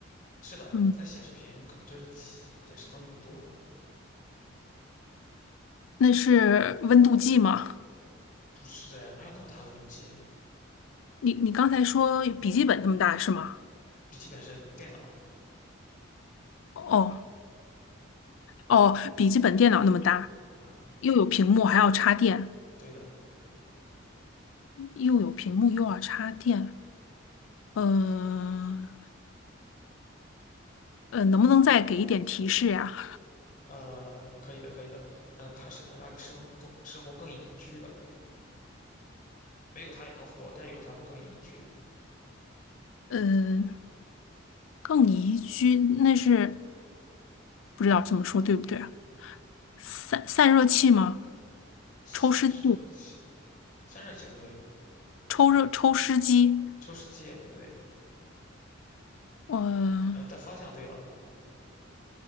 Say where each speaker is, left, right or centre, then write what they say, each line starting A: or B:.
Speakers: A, on the left; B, on the left.
A: 是的，
B: 嗯，
A: 它显示屏可能就是体显示东西不多。
B: 那是温度计吗？
A: 不是哎哪有那么大温度计啊？
B: 你你刚才说笔记本那么大是吗？
A: 笔记本是电脑，
B: 哦哦，笔记本电脑那么大，
A: 嗯，
B: 又有屏幕还要插电，
A: 对的，
B: 又有屏幕又要插电，嗯呃，能不能再给一点提示呀？
A: 呃，可以的，可以的，嗯，它是能让你生活更生活更宜居的，没有它也能活，但有它会更宜居。
B: 嗯，更宜居，那是不知道这么说对不对啊？散散热器吗？
A: 散热器，
B: 抽湿器、
A: 散热器不对，
B: 抽热、抽湿机，
A: 抽湿机也不对，
B: 嗯，
A: 呃，但方向对了，